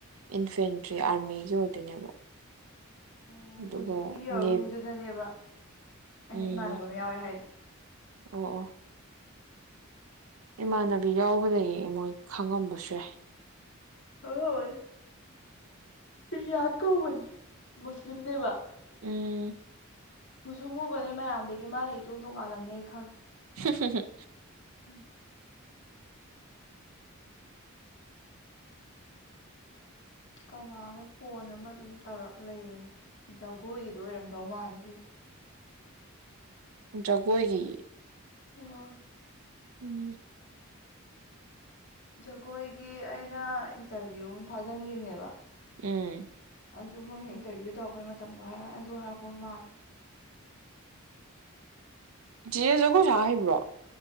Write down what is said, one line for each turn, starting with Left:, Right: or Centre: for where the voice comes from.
Right: ꯏꯟꯐꯦꯟꯇ꯭ꯔꯤ ꯑꯥꯔꯃꯤꯒꯤ ꯑꯣꯏꯗꯣꯏꯅꯦꯕ
Left: ꯑꯣ
Right: ꯑꯗꯨꯒ
Left: ꯍꯧꯖꯤꯛꯀꯤ ꯌꯥꯔꯋꯤꯡꯗꯨꯗꯅꯦꯕ
Right: ꯅꯦ
Left: ꯑꯩꯅ
Right: ꯎꯝ
Left: ꯏꯃꯥꯟꯅꯕ ꯑꯃ ꯌꯥꯎꯋꯦ ꯍꯥꯏꯗꯣ
Right: ꯑꯣ ꯑꯣ ꯏꯃꯥꯟꯅꯕꯤ ꯌꯥꯎꯕ ꯂꯩꯌꯦ ꯃꯣꯏ ꯈꯪꯉꯝꯕꯁꯨ ꯌꯥꯏ
Left: ꯍꯥꯉꯝꯃꯅꯤ ꯀ꯭ꯔꯤꯌꯥꯟ ꯀꯧꯕꯅꯦ ꯃꯨꯁꯂꯤꯝꯅꯦꯕ
Right: ꯎꯝ
Left: ꯨꯃꯨꯁꯨꯛ ꯉꯨꯕꯅꯦ ꯃꯌꯥꯝꯗꯒꯤ ꯃꯥꯅ ꯏꯇꯣꯟ ꯇꯣꯡꯉꯥꯜꯂꯝꯅꯦ ꯑꯩ ꯈꯪꯉꯦ
Right: ꯍꯝ ꯍꯝ ꯍꯝ
Left: ꯎꯝ ꯀꯅꯥꯅꯣ ꯐꯣꯟ ꯑꯃ ꯑꯗꯨꯝ ꯇꯧꯔꯛ ꯂꯩꯔꯤꯅꯦ ꯖꯒꯣꯏꯒꯤꯗꯣ ꯑꯣꯏꯔꯝꯗꯧ ꯃꯥꯜꯂꯦ ꯁꯤꯁꯦ
Right: ꯖꯒꯣꯏꯒꯤ
Left: ꯑꯣ
Right: ꯎꯝ
Left: ꯖꯒꯣꯏꯒꯤ ꯑꯩꯅ ꯏꯟꯇꯔꯚꯤꯌꯨ ꯑꯃ ꯊꯥꯖꯤꯟꯈꯤꯕꯅꯦꯕ
Right: ꯎꯝ
Left: ꯑꯗꯨ ꯃꯣꯏꯅ ꯏꯟꯇꯔꯚꯤꯌꯨ ꯇꯧꯔꯛꯄꯩ ꯃꯇꯝꯗꯣ ꯍꯥꯏꯔꯛ ꯑꯗꯨ ꯍꯥꯏꯔꯛꯄ ꯃꯥꯜꯂꯦ
Right: ꯆꯤꯌꯦ ꯖꯒꯣꯏ ꯁꯥ ꯍꯩꯕ꯭ꯔꯣ